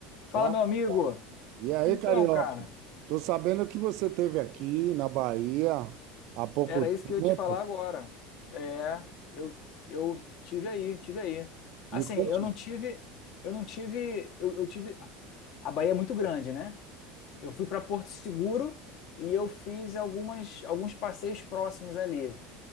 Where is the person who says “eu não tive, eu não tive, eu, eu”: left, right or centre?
Left